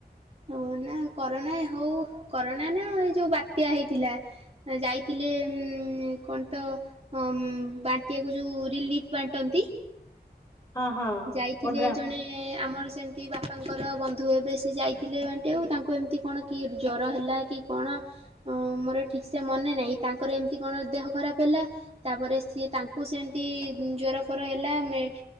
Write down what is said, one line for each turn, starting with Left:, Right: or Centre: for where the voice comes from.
Right: ଅଁ ନା କରୋନା ଏ ହଉ କରୋନା ନା ଏ ଯୋଉ ବାତ୍ୟା ହେଇଥିଲା ଯାଇଥିଲେ ଉମ ଉମ କଣ୍ଟ ଅଁ ଉମ ବାଣ୍ଟିବାକୁ ଯୋଉ ରିଲିଫ ବାଣ୍ଟନ୍ତି।
Left: ହଁ ହଁ
Right: ଯାଇଥିଲେ
Left: ଓଡ୍ରାମ
Right: ଜଣେ ଆମର ସେମତି ବାପାଙ୍କର ବନ୍ଧୁ ହେବେ ସେ ଯାଇଥିଲେ ବାଣ୍ଟିବାକୁ ତାଙ୍କୁ ଏମତି କଣ କି ଜ୍ଵର ହେଲା କି କଣ? ଅଁ ଅଁ ମୋର ଠିକ ସେ ମନେ ନାହିଁ ତାଙ୍କର ଏମତି କଣ ଦେହ ଖରାପ ହେଲା। ତାପରେ ସିଏ ତାଙ୍କ କୁ ସେମତି ଉମ ଜର ଫର ହେଲା, ମେ